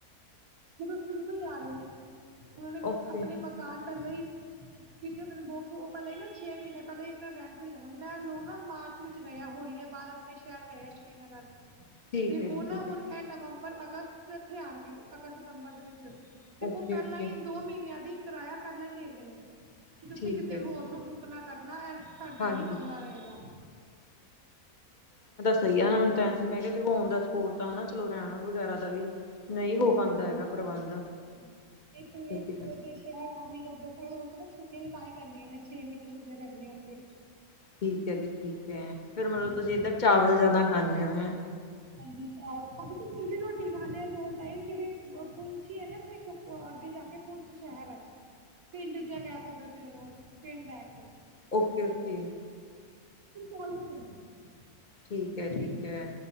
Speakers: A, on the right (about 70°); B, on the left (about 40°).
A: ਸ਼ੁਰੂ ਤੋਂ ਹੀ ਆ ਰਹੇ ਨੇ ਉਹਨਾਂ ਨੇ
B: ਓਕੇ
A: ਆਪਣੇ ਮਕਾਨ ਪਹਿਲਾਂ ਹੀ ਕਿਤੇ ਮਨ ਬੋ ਪੈਲਾਂ ਈ ਨਾ ਛੇ ਮਿਨੇ ਪੈਲਾਂ ਈ ਅਪਣੇ ਰੈਂਟ ਵੀ ਜਾਂਦਾ ਹੁਣ ਐ ਲੋਕ ਨਾ ਮਾਰਚ ਵਿੱਚ ਗਏ ਹੋਲੀਆ ਬਾਅਦ ਆਪਣੇ ਸ਼ੈਰ ਗਏ ਐ ਸ਼੍ਰੀਨਗਰ
B: ਠੀਕ
A: ਤੇ
B: ਹੈ ਜੀ
A: ਓ ਨਾ
B: ਠੀਕ
A: ਹੁਣ
B: ਹੈ
A: ਐ ਨਵੰ ਅਗਸਤ ਇੱਥੇ ਆਉਣਗੇ ਅਗਸਤ ਸਤੰਬਰ ਦੇ ਵਿੱਚ ਤੇ
B: ਓਕੇ-ਓਕੇ
A: ਓ ਪਹਿਲਾਂ ਈ ਦੋ ਮਿਨਿਆ ਦੀ ਕਿਰਾਇਆ ਪਹਿਲਾਂ ਈ ਦੇ ਗਏ ਆ। ਕੀ ਤੁਸੀਂ
B: ਠੀਕ
A: ਕਿਸੇ
B: ਹੈ ਠੀਕ
A: ਹੋਰ ਨੂੰ
B: ਹੈ,
A: ਬੁੱਕ ਨਾ ਕਰਨਾ ਐ ਸਾਡਾ
B: ਹਾਂਜੀ
A: ਹੀ ਕਮਰਾ ਰਹੇਗਾ।
B: ਸਈ ਆ ਨਾ ਮੈਨੂੰ ਤਾਂ ਐ ਸੀ ਮੈਂ ਕਾ ਦੇਖੋ ਔਨ ਦਾ ਸਪੋਰਟ ਤਾਂ ਹਨਾਂ ਚਲੋ ਰੈਣ ਵਗੈਰਾ ਦਾ ਵੀ ਨਈ ਹੋ ਪਾਂਦਾ ਹੈਗਾ ਪ੍ਰਬੰਧ
A: ਹਾਂਜੀ ਏ ਤੇ
B: ਠੀਕ ਹੈ
A: <unintelligible> ਦੇਸ਼ ਆ ਖਾਲੀ ਕਰਦੋ <unintelligible> ਛੁੱਟੀਆਂ ਤਾਂ ਈ ਪੈਂਦੀਆਂ ਨੇ ਛੇ ਮਹੀਨੇ ਛੁੱਟੀਆਂ ਪੈਂਦੀਆਂ ਉੱਥੇ
B: ਠੀਕ ਐ ਜੀ ਠੀਕ ਐ ਫੇਰ ਮਤਲਬ
A: ਹਾਂਜੀ
B: ਤੁਸੀਂ ਇੱਧਰ ਚਾਵਲ ਜਾਦਾ ਖਾਂਨੇ ਔ,
A: ਹਾਂਜੀ, ਚਾਲ ਅਸੀ ਵੀ ਰੋਟੀ ਖਾਨੇ ਆ ਦੋ ਟਾਈਮ ਜੇੜ੍ਹੇ ਪੁੰਛੀ ਐ ਨਾ ਏਥੇ ਇੱਕ ਅੱਗੇ ਜਾ ਕੇ ਪੁੰਛੀ ਸ਼ਹਿਰ ਐ। ਪਿੰਡ ਜਾ ਕੇ ਸਕਦੇ ਔ ਉਨੁੰ ਔ। ਪਿੰਡ ਐ,
B: ਓਕੇ ਓਕੇ,
A: ਤੁ ਚੋਲ ਬਣਦੇ ਐ।
B: ਠੀਕ ਐ ਠੀ ਕੈ